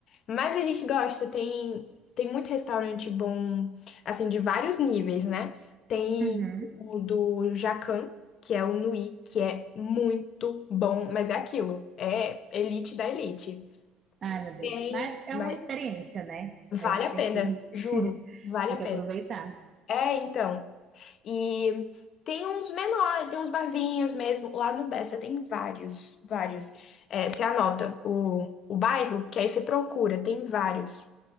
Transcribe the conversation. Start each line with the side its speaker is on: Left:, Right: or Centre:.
Left: Mas a gente gosta, tem, tem muito restaurante bom, assim, de vários níveis, né? Tem
Right: Uhum.
Left: o do Jacan, que é o Nui, que é muito bom, mas é aquilo, é elite da elite.
Right: Ai, meu Deus.
Left: Tem,
Right: Mas é
Left: mas
Right: uma experiência, né?
Left: vale
Right: A gente
Left: a
Right: tem
Left: pena,
Right: que,
Left: juro,
Right: <laughs> a gente
Left: vale
Right: tem
Left: a
Right: que
Left: pena.
Right: aproveitar.
Left: É, então. E tem uns menores, tem uns barzinhos mesmo. Lá no Bessa tem vários, vários. É, você anota o, o bairro, que aí você procura, tem vários.